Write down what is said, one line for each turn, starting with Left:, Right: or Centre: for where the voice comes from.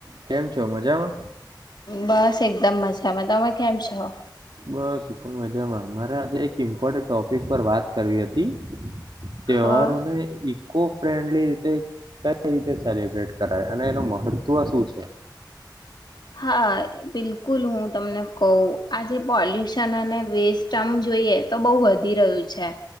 Right: કેમ છો મજામાં.
Left: બસ એકદમ મજામાં તમે કેમ છો.
Right: બસ મજામાં મારે આજે એક ઇમ્પોર્ટ ટોપિક પર વાત કરવી હતી. તહેવારને.
Left: હા.
Right: કો ફ્રેન્ડલી કઈ, કઈ રીતે સેલિબ્રેટ કરાય? અને એનું મહત્વ સુ છે?
Left: હા બિલકુલ, હું તમને કહું. આજે પોલ્યુશન અને વેસ્ટ આમ જોઈએ તો બહુ વધી રહ્યું છે,